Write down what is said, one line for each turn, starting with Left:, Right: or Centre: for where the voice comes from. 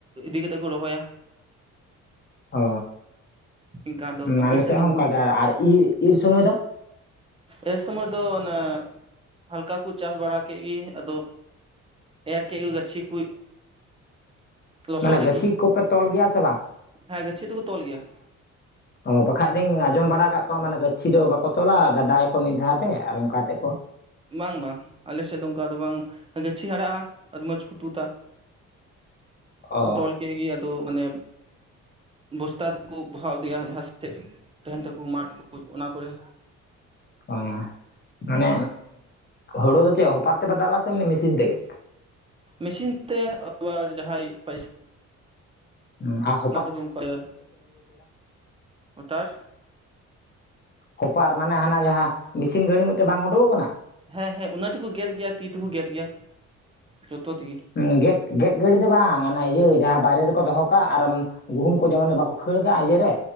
Right: ᱤᱫᱤ ᱠᱟᱛᱮ ᱠᱚ ᱨᱚᱦᱚᱭᱟ᱾
Left: ᱚ
Right: ᱤᱱᱠᱟ ᱫᱚ ᱟᱯᱮ
Left: ᱟᱞᱮ ᱥᱮᱫ
Right: ᱫᱚ
Left: ᱦᱚᱸ
Right: ᱵᱟᱹᱧ
Left: ᱚᱱᱠᱟᱜᱮ ᱟᱨ ᱤᱨ- ᱤᱨ ᱥᱚᱢᱚᱭ ᱫᱚ
Right: ᱮ ᱥᱚᱢᱚᱭ ᱫᱚ ᱚᱱᱮ ᱦᱟᱞᱠᱟ ᱠᱩ ᱪᱟᱥ ᱵᱟᱲᱟ ᱠᱮᱫ ᱜᱮ ᱟᱫᱚ ᱮᱨ ᱠᱮᱫ ᱜᱮ ᱜᱟᱹᱪᱷᱤ ᱠᱚ ᱞᱚᱥᱚᱫ
Left: ᱢᱟᱱᱮ
Right: ᱨᱮᱠᱤ
Left: ᱜᱟᱹᱪᱷᱤ ᱠᱚᱯᱮ ᱛᱚᱞ ᱜᱮᱭᱟ ᱥᱮ ᱵᱟᱝ
Right: ᱦᱮᱸ ᱜᱟᱹᱪᱷᱤ ᱫᱚᱠᱚ ᱛᱚᱞ ᱜᱮᱭᱟ,
Left: ᱚ ᱵᱟᱠᱷᱟᱡ ᱫᱚᱧ ᱟᱸᱡᱚᱢ ᱵᱟᱲᱟ ᱟᱠᱟᱜ ᱠᱚᱣᱟ ᱢᱟᱱᱮ ᱜᱟᱹᱪᱷᱤ ᱫᱚ ᱵᱟᱠᱚ ᱛᱚᱞᱟ ᱜᱟᱫᱟᱭᱟᱠᱚ ᱢᱤᱫ ᱫᱷᱟ. ᱣ ᱛᱮ ᱟᱨ ᱚᱱᱠᱟᱛᱮ ᱠᱚ
Right: ᱵᱟᱝ-ᱵᱟᱝ ᱟᱞᱮ ᱥᱮᱫ ᱫᱚ ᱚᱱᱠᱟ ᱫᱚ ᱵᱟᱝ ᱜᱟᱹᱪᱷᱤ ᱦᱟᱨᱟᱜᱼᱟ ᱟᱹᱰᱤ ᱢᱚᱸᱡᱽ ᱠᱚ ᱛᱩᱫᱟ,
Left: ᱚ
Right: ᱛᱚᱞ ᱠᱮᱫ ᱜᱮ ᱟᱫᱚ ᱢᱟᱱᱮ ᱵᱚᱥᱛᱟ ᱛᱮᱠᱚ ᱵᱚᱦᱟ ᱤᱫᱤᱭᱟ ᱡᱟᱦᱟᱸ ᱥᱮᱫ ᱛᱟᱦᱮᱱ ᱛᱟᱠᱚ ᱢᱟᱴᱷ ᱠᱚ ᱚᱱᱟ ᱠᱚᱨᱮ,
Left: ᱚ ᱢᱟᱱᱮ ᱦᱳᱲᱳ ᱫᱚ ᱪᱮᱫ ᱦᱚᱯᱟᱛ ᱛᱮᱯᱮ ᱫᱟᱞᱟ ᱥᱮ ᱢᱮᱥᱤᱱ ᱛᱮᱜᱮ?
Right: ᱢᱮᱥᱤᱱ ᱛᱮ ᱟᱵᱟᱨ ᱡᱟᱦᱟᱸᱭ ᱯᱚᱭᱥᱟ
Left: ᱦᱚᱸ ᱦᱟᱜ
Right: ᱢᱮᱱᱟᱜ ᱫᱟᱠᱚ ᱩᱱᱠᱟᱭᱟ ᱴᱟᱨ
Left: ᱠᱚᱯᱟᱨ ᱢᱟᱱᱮ ᱦᱟᱱᱟ ᱡᱟᱦᱟᱸ ᱢᱮᱥᱤᱱ ᱜᱟᱹᱲᱤ ᱢᱤᱫᱴᱮᱱ ᱵᱟᱝ ᱩᱰᱩᱠ ᱟᱠᱟᱱᱟ,
Right: ᱦᱮᱸᱻᱦᱮᱸ ᱚᱱᱟ ᱛᱮᱠᱚ ᱜᱮᱨ ᱜᱮᱭᱟ ᱛᱤ ᱛᱮᱠᱚ ᱜᱮᱫ ᱜᱮᱭᱟ᱾ ᱡᱚᱛᱚ ᱛᱮᱜᱮ
Left: ᱦᱮᱸ ᱜᱮᱫ-ᱜᱮᱫ ᱜᱟᱹᱲᱤ ᱫᱚ ᱵᱟᱝ ᱚᱱᱟ ᱤᱭᱟᱹ ᱡᱟᱦᱟᱸ ᱵᱟᱭᱨᱮ ᱨᱮᱠᱚ ᱫᱚᱦᱚ ᱠᱟᱜᱼᱟ ᱟᱨ ᱜᱩᱦᱩᱢ ᱠᱚ ᱡᱮᱢᱚᱱ ᱵᱟᱠᱚ ᱠᱷᱟᱹᱲ ᱠᱟᱜᱼᱟ ᱤᱭᱟᱹ ᱨᱮ